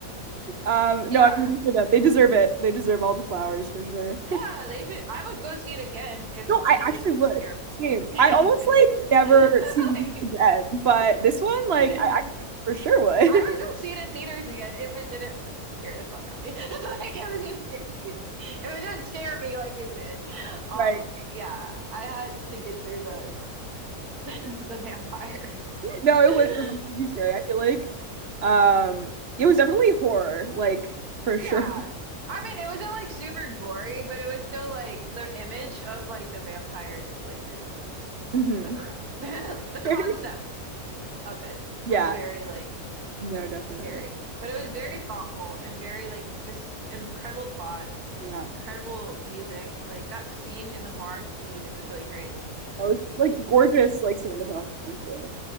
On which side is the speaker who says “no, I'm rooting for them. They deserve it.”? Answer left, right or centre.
Right